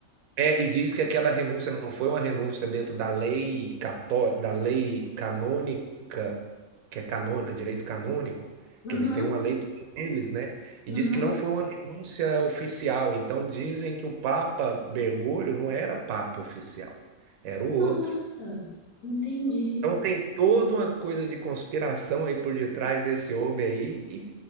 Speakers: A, on the right (about 80°); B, on the left (about 70°).
A: É, e diz que aquela renúncia não foi uma renúncia dentro da lei católica, da lei canônica, que é canônica, direito canônico,
B: Uhum,
A: que eles têm uma lei toda eles né? E
B: uhum.
A: diz que não foi uma renúncia oficial. Então dizem que o Papa Bergoglio não era Papa oficial, era o outro.
B: Nossa, entendi.
A: Então tem toda uma coisa de conspiração aí por detrás desse homem aí. E